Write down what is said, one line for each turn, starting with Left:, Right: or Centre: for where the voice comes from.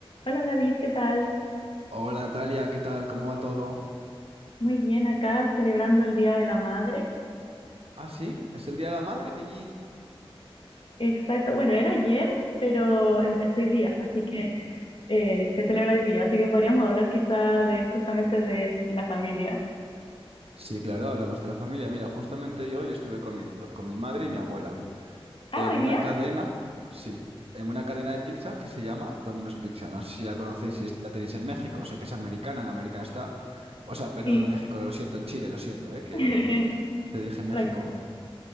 Left: Hola David, ¿qué tal?
Right: Hola Natalia, ¿qué tal? ¿Cómo va todo?
Left: Muy bien, acá celebrando el Día de la Madre.
Right: Ah, sí, es el Día de la Madre allí.
Left: Exacto, bueno, era ayer, pero empezó hoy día, así que eh, se celebra hoy día, así que podríamos hablar quizá de justamente de la familia.
Right: Sí, claro, hablamos de la familia. Mira, justamente yo hoy estuve comiendo con mi madre y mi abuela
Left: Ah,
Right: en
Left: hoy
Right: una
Left: día,
Right: cadena, sí, en una cadena de pizza que se llama Domino's Pizza. No sé si la conocéis, si es- la tenéis en México, sé que es americana, en América está. O sea, perdón,
Left: sí,
Right: en México, lo siento, en Chile, lo siento, ¿eh? Que
Left: <laughs>
Right: te dije México.
Left: tranquilo.